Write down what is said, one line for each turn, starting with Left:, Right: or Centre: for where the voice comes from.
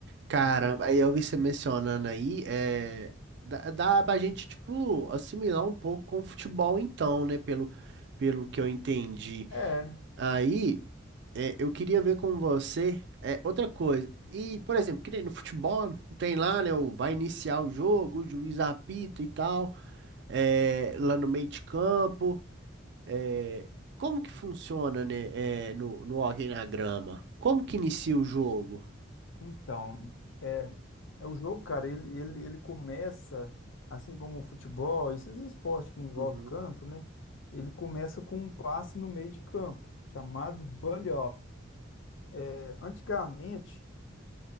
Right: Caramba,
Left: Hum.
Right: aí eu vi você mencionando aí, é, dá, dá pra gente, tipo, assimilar um pouco com o futebol então, né, pelo, pelo que eu entendi.
Left: É,
Right: Aí, é, eu queria ver com você, é, outra coisa, e, por exemplo, que nem no futebol, tem lá, né, o, vai iniciar o jogo, o juiz apita e tal, é, lá no meio de campo, É, como que funciona, né, é, no, no Hockey na Grama? Como que inicia o jogo?
Left: então, é, é o jogo, cara, ele, ele, ele começa, assim como o futebol, esses esportes que envolvem
Right: Uhum.
Left: campo, né? Ele começa com um passe no meio de campo, chamado bully-off. É, antigamente